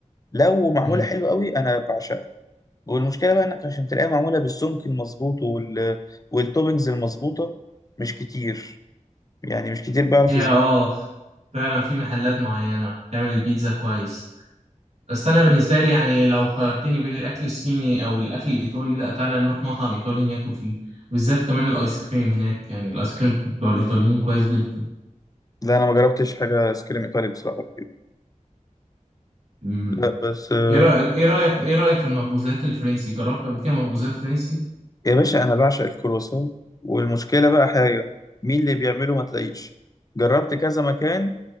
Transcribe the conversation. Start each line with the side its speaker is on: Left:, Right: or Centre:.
Left: لو معموله
Right: مم.
Left: حلو قوي انا بعشقها والمشكله بقى انك عشان تلاقيها معموله بالسمك المظبوط وال والتوبنجز المظبوطه مش كتير يعني مش كتير بيعرف
Right: هي
Left: يظبط
Right: اه فعلا في محلات معينة بتعمل البيتزا كويس بس أنا بالنسبة لي يعني لو خيرتني بين الأكل الصيني أو الأكل الإيطالي لأ تعالى نروح مطعم إيطالي ناكل فيه بالذات كمان الآيس كريم هناك يعني الآيس كريم بتاع الإيطاليين كويس جدا
Left: لا انا ما جربتش حاجه سكريم ايطالي بصراحه قبل كده
Right: مم.
Left: لا بس آه،
Right: إيه رأيك إيه رأيك إيه رأيك في المخبوزات الفرنسي جربت قبل كده مخبوزات فرنسي؟
Left: يا باشا انا بعشق الكرواسون والمشكله بقى حاجه مين اللي بيعمله ما تلاقيش جربت كذا مكان